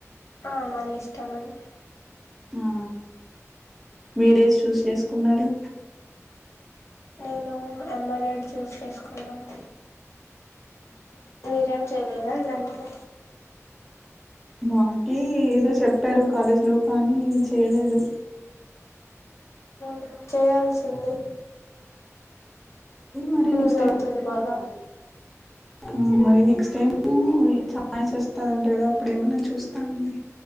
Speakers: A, on the left; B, in the centre.
A: ఆ మన ఇష్టం మని
B: ఆ మీరేస్ చూస్ చేసుకున్నారు
A: నేను ఎంబెడెడ్ చూస్ చేసుకున్నాను మీరేం చేయలేదా ఇలాంటి <inaudible>
B: మాకి ఏదో చెప్పారు కాలేజ్ లో కానీ నెన్ చేయలేదు
A: ఉమ్ చేయాల్సింది
B: మరి
A: యూజ్
B: నెక్స్ట్ టై
A: అవుతుంది బాగా
B: ఉమ్ మరి నెక్స్ట్ టైమ్ చానా వస్తందంట కదా అప్పుడు ఏమన్నా చూస్తా అండి